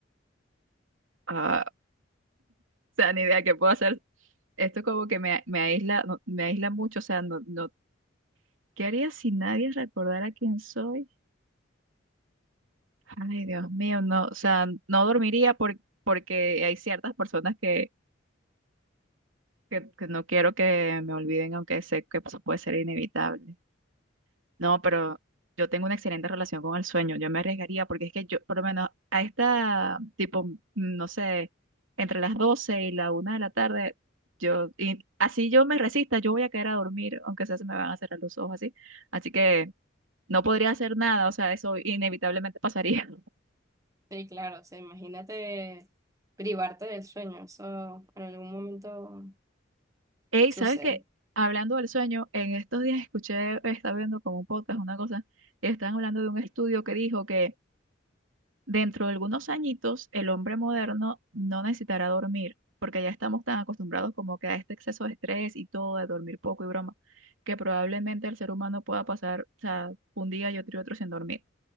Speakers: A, on the right; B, on the right.
A: Ah, o sea, ni idea qué puedo hacer. Esto como que me, me aísla, no, me aísla mucho, o sea, no, no, ¿qué haría si nadie recordara quién soy? Ay, Dios mío, no, o sea, no dormiría por- porque hay ciertas personas que, que, que no quiero que me olviden, aunque sé que pues, puede ser inevitable. No, pero yo tengo una excelente relación con el sueño. Yo me arriesgaría porque es que yo, por lo menos a esta, tipo, mm, no sé, entre las 12 y la una de la tarde, yo, y así yo me resista, yo voy a quedar a dormir, aunque sea se me van a cerrar los ojos así. Así que no podría hacer nada, o sea, eso inevitablemente pasaría. <laughs>
B: Sí, claro, o sea, imagínate privarte del sueño, eso en algún momento
A: Ey,
B: sucede.
A: ¿sabes qué? Hablando del sueño, en estos días escuché, estaba viendo como un podcast, una cosa, y estaban hablando de un estudio que dijo que Dentro de algunos añitos, el hombre moderno no necesitará dormir, porque ya estamos tan acostumbrados como que a este exceso de estrés y todo, de dormir poco y broma, que probablemente el ser humano pueda pasar, o sea, un día y otro y otro sin dormir.